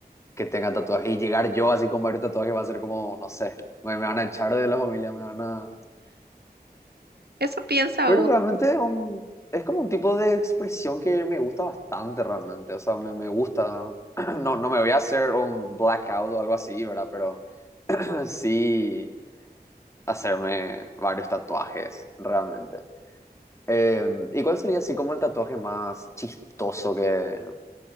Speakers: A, on the left (about 15°); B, on the right (about 80°).
A: que tenga tatuaje. Y llegar yo así con varios tatuajes va a ser como, no sé, me, me van a echar de la familia, me van a...
B: eso piensa
A: Pero
B: uno.
A: realmente un- es como un tipo de expresión que me gusta bastante realmente. O sea, me, me gusta. <clears throat> No, no me voy a hacer un blackout o algo así, ¿verdad? Pero <clears throat> sí. hacerme varios tatuajes, realmente. Eh, ¿y cuál sería así como el tatuaje más chistoso que...